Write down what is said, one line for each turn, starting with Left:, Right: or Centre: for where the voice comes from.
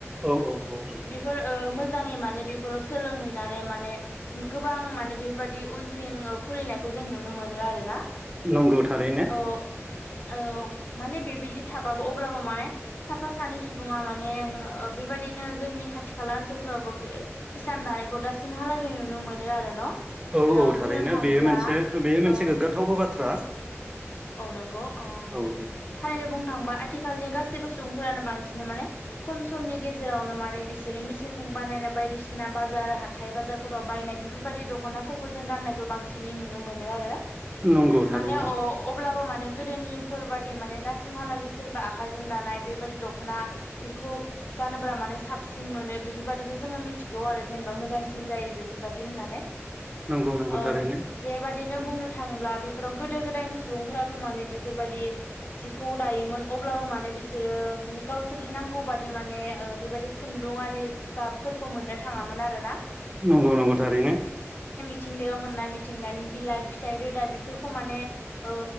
Right: औ औ औ औ।
Left: बेफोर ओ मोजाङै माने बेफोराव सोलोंहैनानै माने गोबां माने बेफोरबायदि उइभिं खुलिनायखौ जों नुनो मोनो आरोना?
Right: नोंगौ थारैनो।
Left: औ औ माने बेबायदि थाबाबो अब्लाबो माने साफा-सानै सुबुङा माने ओ बे बेबायदिनो जोंनि खाथि-खाला ओनसोलफ्रावबो हिसान दानायखौ दासिमहालागै नुनो मोनो आरो न'
Right: औ औ थारैनो
Left: बुंनो थाङोब्ला
Right: बेयो मोनसे बेयो मोनसे
Left: औ
Right: गोग्गाथावबो बाथ्रा।
Left: औ नंगौ ओम
Right: औ दे
Left: थारैनो बुंनो थांबा आथि खालनि गासिबो सुबुंफोरानो बांसिना माने खम समनि गेजेरावनो माने बिसोरो मेसिनजों बानायनाय बाय बायदिसिना बाजार हाथाइ-बाजारफोराव बायनाय। बेफोरबायदि दख'नाफोरखौ जों गाननायखौ बांसिनै नुनो मोनो आरो
Right: नंगौ
Left: उम
Right: थारैनो
Left: माने अ अब्लाबो माने गोदोनिफोरबादि माने दासिमहालागै सोरबा आखाइजों दानाय बेबादि दख'ना बेफोरखौ गानोबा माने साबसिन मोनो। बेफोरबायदिखौ जोङो मिथिगौ आरो जेनेबा मोजांसिन जायो बेफोरबायदि होननानै
Right: नंगौ नंगौ
Left: ओम
Right: थारैनो
Left: बेबादिनो बुंनो थाङोब्ला बेफोराव गोदो-गोदायनो सुबुंफोराथ' माने बेफोरबायदि जिखौ दायोमोन अब्लाबो माने बि बिसोरो ओं गावसोरनि नांगौ बादि माने ओ बेबायादि खुन्दुं आरि गाबफोरखौ मोननो थाङामोन। मोन आरो ना?
Right: नोंगौ-नोंगौ थारैनो।
Left: मिथिंगायाव मोननाय मिथिंगानि बिलाइ-फिथाइ रोदा बेफोरखौ माने ओ